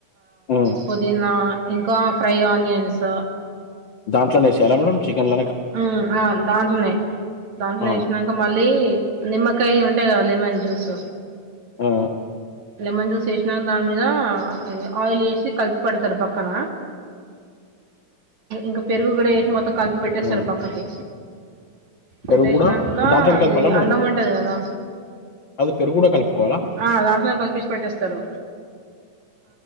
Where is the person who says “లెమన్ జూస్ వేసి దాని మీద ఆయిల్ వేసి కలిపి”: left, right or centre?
Right